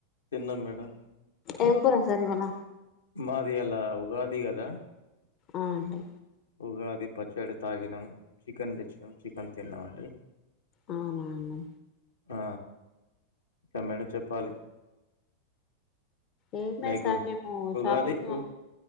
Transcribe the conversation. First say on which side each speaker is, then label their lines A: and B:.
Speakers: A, on the left; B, on the left.
A: తిన్నాం మేడం
B: ఏం కూర సర్ ఇవాళ
A: మాది అలా ఉగాది గదా
B: ఆ అండి
A: ఉగాది పచ్చడి తాగిన చికెన్ తెచ్చినా చికెన్ తిన్నాం అండి
B: అవునా అవును
A: ఆ ఇంకా మేడం చెప్పాలి
B: ఏమ్ లేదు
A: మీకు
B: సార్ మేము
A: ఉగాది
B: షాపింగ్ మాల్
A: ఉ